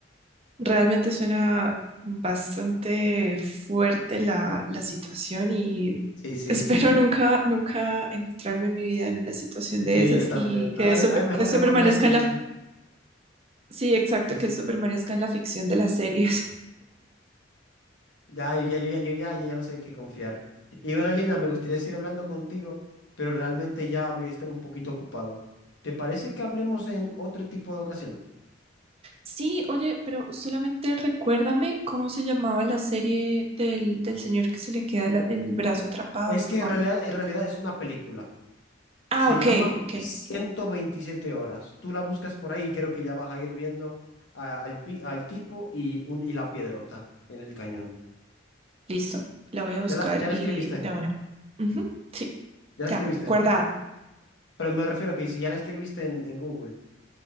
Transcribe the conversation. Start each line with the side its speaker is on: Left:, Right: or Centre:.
Right: Realmente suena bastante fuerte la, la situación y
Left: Sí, sí.
Right: espero nunca,
Left: <laughs>
Right: nunca encontrarme en mi vida en una situación de
Left: Sí,
Right: esas
Left: yo también.
Right: y que
Left: Hay,
Right: eso,
Left: hay
Right: que
Left: mejores
Right: eso permanezca
Left: maneras de sobrevivir.
Right: en la... Sí, exacto,
Left: Sí,
Right: que
Left: sí.
Right: eso permanezca en la ficción de las series.
Left: Ya, yo ya, yo ya, yo ya, ya, ya no sé qué confiar. Y bueno, Lina, me gustaría seguir hablando contigo, pero realmente ya voy a estar un poquito ocupado. ¿Te parece que hablemos en otro tipo de ocasión?
Right: Sí, oye, pero solamente recuérdame cómo se llamaba la serie del, del señor que se le queda la- el brazo atrapado,
Left: Es
Right: por
Left: que
Right: favor.
Left: en realidad, en realidad es una película.
Right: Ah,
Left: Se
Right: ok,
Left: llama
Right: ok.
Left: 127 horas. Tú la buscas por ahí y creo que ya vas a ir viendo a- al, pi- al tipo y, un, y la piedrota en el cañón.
Right: Listo, la voy a buscar
Left: Ya la, ya
Right: y
Left: la escribiste,
Right: de una. Ujú, sí,
Left: ya
Right: ya,
Left: la escribiste.
Right: guardada.
Left: Pero me refiero a que si ya la escribiste en, en Google,